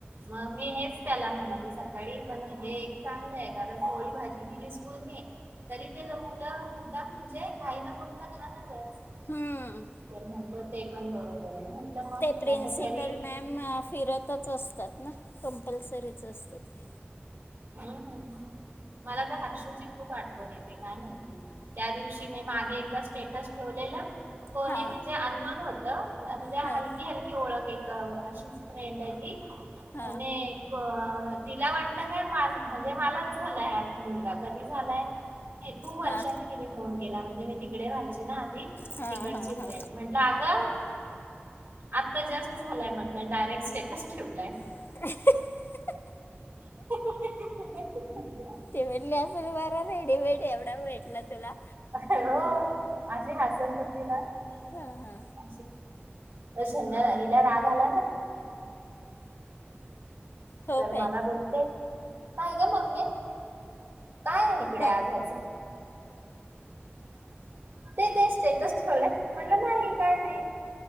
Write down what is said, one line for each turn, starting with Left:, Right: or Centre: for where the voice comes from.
Right: मग मी हेच त्याला म्हणाली सकाळी पण हे एक चांगलं आहे कारण पोळी भाजी दिली स्कूलने तरी ते मुलं मुद्दाम म्हणजे काईन बोलता खाणारच
Left: हम्म
Right: म्हणतो तर ते पण बरोबर आहे म्हटलं मग
Left: ते प्रिन्सिपल
Right: नाही तर घरी
Left: मॅम फिरतच असतात ना कंपल्सरीच असतात ते
Right: हम् मला तर हर्षजी खूप आठवण येते काय माहिती त्या दिवशी मी मागे एकदा स्टेटस ठेवलेला कोणी
Left: हा
Right: म्हणजे अननोन होतं म्हणजे हलकी
Left: हा
Right: हलकी ओळख एक अशीच फ्रेंड आहे ती
Left: हा
Right: म्हणे अ तिला वाटलं काय म्हणजे मलाच झालायं हा मुलगा कधी झालायं खूप वर्षांनी
Left: हा
Right: तिने फोन केला म्हणजे मी तिकडे राहायची ना आधी
Left: हा
Right: तिकडची
Left: हा हा
Right: फ्रेंड म्हण लागा आता जस्ट झालाय म्हटलं डायरेक्ट स्टेटस ठेवलाय
Left: <unintelligible>
Right: तु कती
Left: त म्हटली असेल बर रेडीमेड एवढा भेटलं तुला
Right: अ हो माझी हसत होती ना
Left: हा हा
Right: <inaudible> हिला राग आला
Left: हो
Right: तर मला
Left: काय
Right: बोलते काय का मम्ममी काय आहे इकडे
Left: हा
Right: ते तेच ते तरच ठेवलं म्हटलं नाही काय नाही